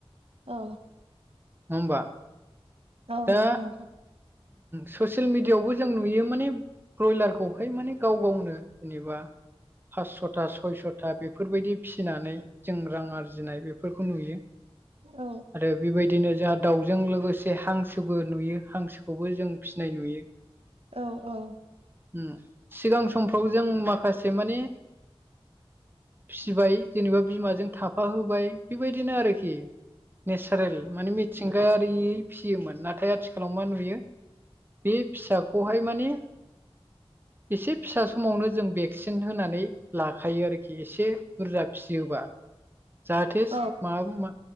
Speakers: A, on the right (about 70°); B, on the right (about 20°).
A: औ
B: नङा होमबा
A: ओ
B: दा
A: नोंथां नंगौ
B: ससियेल मिडियआवबो जों नुयो माने ब्रयलारखौहाय माने गाव गावनो जेनेबा पासस'था सयस'था बेफोरबायदि फिसिनानै जों रां आरजिनाय बे बेफोरखौ नुयो
A: औ
B: आरो बेबायदिनो जोंहा दाउजों लोगोसे जे हांसोबो नुयो हांसोखौबो जों फिसिनाय नुयो
A: औ औ
B: उ सिगां समफ्राव जों माखासे माने फिसिबाय जेनेबा बिमाजों थाफा होबाय बेबायदिनो आरोखि नेचारेल माने मिथिंगायारि फिसियोमोन नाथाय आथिखालाव मा नुयो बे फिसाखौहाय माने एसे फिसा समावनो जों भेक्सिन होनानै लाखायो आरोखि एसे बुरजा फिसियोबा जाहाथे
A: औ
B: म